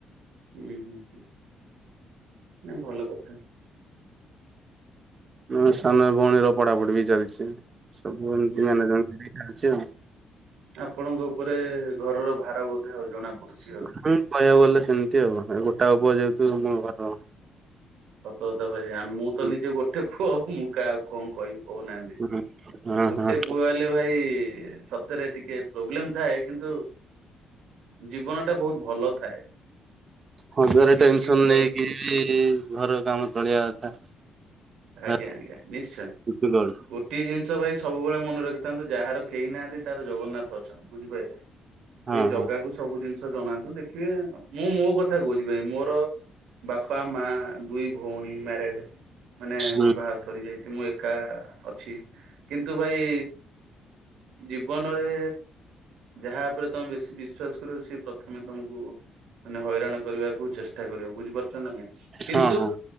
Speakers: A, on the right; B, on the right.
A: ହୁଁ ହୁଁ ହୁଁ ନାଇଁ ଭଲ କଥା।
B: ମୋ ସାନ ଭଉଣୀର ପଢାପଢି ବି ଚାଲଛି ସବୁ ଏମିତି
A: ହୁଁ
B: ମ୍ୟାନେଜମେଣ୍ଟ
A: ହୁଁ
B: ହେଇକି ଚାଲଛି ଆଉ।
A: ଆପଣଙ୍କ ଉପରେ ଘରର ଭାର ବୋଧେ ଆଉ ଜଣାପଡୁଛି ଆଉ।
B: ହୁଁ କହିବାକୁ ଗଲେ ସେମତି ଆଉ ଏ ଗୋଟାକ ପୁଅ ଯେହେତୁ ମୁଁ ଘର।
A: ସତକଥା ଭାଇ ଆ ମୁଁ ତ
B: ହୁଁ
A: ନିଜେ ଗୋଟେପୁଅ ମୁଁ କାହାକୁ କଣ କହିବି। କହୁନାହାନ୍ତି
B: ହୁଁ ହଁ
A: ଗୋଟେ
B: ହଁ।
A: ପୁଅ ହେଲେ ଭାଇ ସତରେ ଟିକେ। ପ୍ରୋବ୍ଲେମ ଥାଏ କିନ୍ତୁ ଜୀବନଟା ବହୁତ ଭଲ ଥାଏ।
B: ହଜାରେ
A: ଟିକିଏ
B: ଟେନସନ୍
A: ତ
B: ନେଇକି ବି ଘର କାମ ଚଳିବା କଥା।
A: ଆଜ୍ଞା
B: ଭାରି
A: ଆଜ୍ଞା ନିଶ୍ଚୟ
B: ଡିଫିକଲ୍ଟ
A: ଗୋ ଟିଏ ଜିନିଷ ଭାଇ ସବୁବେଳେ ମନେ ରଖିଥାନ୍ତୁ ଯାହାର କେହି ନାହାନ୍ତି ତାର ଜଗନ୍ନାଥ ଅଛନ୍ତି ବୁଝିପାଇଲେ।
B: ହଁ
A: ସେଇ ଜଗାକୁ
B: ହଁ
A: ସବୁ ଜିନିଷ ଜଣାନ୍ତୁ ଦେଖିବେ ମୁଁ ମୋ କଥା କହୁଛି ଭାଇ ମୋର। ବାପା ମା ଦୁଇ ଭଉଣି ମ୍ୟାରେଜ୍। ମାନେ
B: ହୁଁ
A: ବିବାହ ସରିଯାଇଚି ମୁଁ ଏକା ଅଛି କିନ୍ତୁ ଭାଇ। ଜୀବନରେ। ଯାହା ଉପରେ ତମେ ବେଶି ବିଶ୍ଵାସ କରିବ ସିଏ ପ୍ରଥମେ ତମୁକୁ। ମାନେ ହଇରାଣ କରିବାକୁ ଚେଷ୍ଟା କରିବ ବୁଝିପାରୁଚ ନା ନାଇଁ କିନ୍ତୁ
B: ହଁ ହଁ